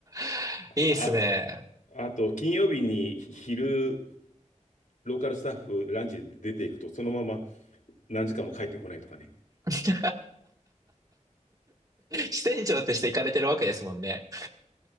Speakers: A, on the right (about 30°); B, on the left (about 75°).
A: <laughs> いいっすね。
B: あ、あと、金曜日に昼、ローカルスタッフランチで出ていくと、そのまま何時間も帰ってこないとかね。
A: <laughs> 支店長として行かれてるわけですもんね。